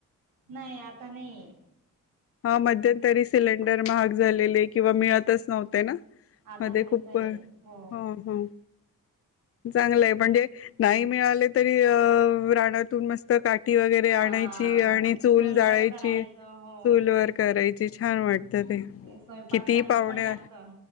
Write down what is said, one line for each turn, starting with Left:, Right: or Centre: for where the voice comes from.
Right: नाही आता नाहीये
Left: हा मध्यंतरी सिलेंडर महाग झालेले. किंवा मिळतच नव्हते ना!
Right: आता
Left: मधे
Right: मिळतय
Left: खूप अ
Right: हो
Left: हं हं चांगलंय म्हणजे नाही मिळाले तरी अ राणातून मस्त काठी वगैरे आणायची
Right: आ
Left: आणि चूल
Right: सोलवर
Left: जाळायची
Right: करायचं
Left: चूल
Right: हो
Left: वर करायची छान वाटतं ते
Right: स्वयंपाक
Left: किती
Right: चांगलं
Left: पाहुणे
Right: पण लागत